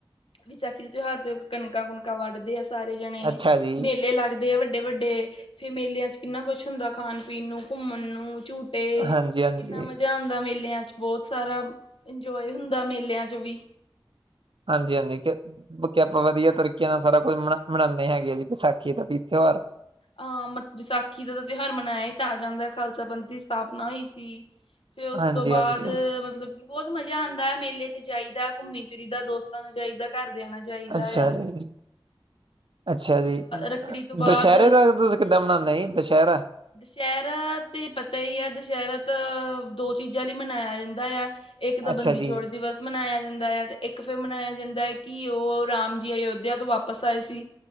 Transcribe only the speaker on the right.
ਅੱਛਾ ਜੀ
ਹਾਂਜੀ
ਹਾਂਜੀ
ਹਾਂਜੀ-ਹਾਂਜੀ। ਆਪਾਂ ਵਧੀਆ ਤਰੀਕੇ ਨਾਲ ਸਾਰਾ ਕੁਝ ਮਨਾ, ਮਨਾਨੇ ਹੈਗੇ ਆਂ, ਜੀ ਵਿਸਾਖੀ ਦਾ ਵੀ ਤਿਉਹਾਰ।
ਹਾਂਜੀ
ਹਾਂਜੀ
ਅੱਛਾ
ਜੀ ਅੱਛਾ ਜੀ,
ਦਸ਼ਹਿਰੇ ਦਾ ਤੁਸੀਂ ਕਿੱਦਾਂ ਮਨਾਂਨੇ ਜੀ, ਦਸ਼ਹਿਰਾ?
ਅੱਛਾ
ਜੀ